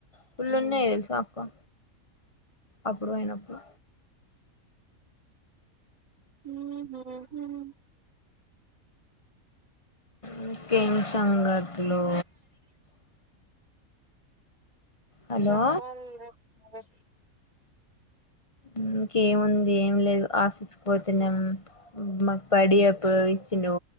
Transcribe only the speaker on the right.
ఉమ్
హ
చెప్పాల్ర నువ్వే